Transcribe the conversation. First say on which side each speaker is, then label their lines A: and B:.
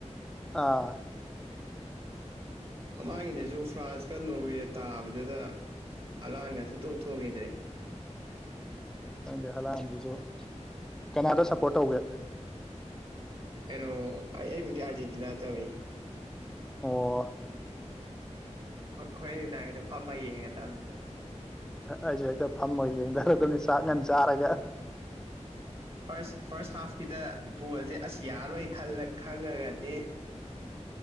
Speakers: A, in the centre; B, on the right (about 50°).
A: ꯑꯥ
B: ꯃꯃꯥꯡꯒꯤꯗꯁꯨ ꯐ꯭ꯔꯥꯟꯁꯀ ꯅꯣꯔꯋꯦ ꯇꯥꯕꯗꯨꯗ ꯍꯂꯥꯟꯒꯁꯨ ꯇꯣꯛꯊꯣꯛꯈꯤꯗ꯭ꯔꯦ
A: ꯅꯗꯤ ꯍꯂꯥꯟꯁꯤꯁꯨ ꯀꯅꯥꯗꯣ ꯁꯞꯄꯣꯔꯠ ꯇꯧꯒꯦ
B: ꯀꯩꯅꯣ ꯑꯩ ꯑꯩꯕꯨꯗꯤ ꯑꯥꯔꯖꯦꯟꯇꯤꯅꯥ ꯇꯧꯋ
A: ꯑꯣ
B: ꯍꯣꯏ ꯍꯣꯏ ꯅꯪꯒꯤꯗꯣ ꯐꯝꯃ ꯌꯦꯡꯉꯗꯕꯅꯤꯗꯣ
A: ꯑꯩꯁꯦ ꯍꯦꯛꯇ ꯐꯝꯃꯒ ꯌꯦꯡꯊꯔꯗꯕꯅꯤ ꯆꯥꯛ ꯉꯟ ꯆꯥꯔꯒ
B: ꯐꯥꯔꯁ ꯐꯥꯔꯁ ꯍꯥꯐꯀꯤꯗ ꯕꯣꯜꯁꯦ ꯑꯁ ꯌꯥꯔꯣꯏ ꯈꯜꯂ ꯈꯪꯉꯒꯗꯤ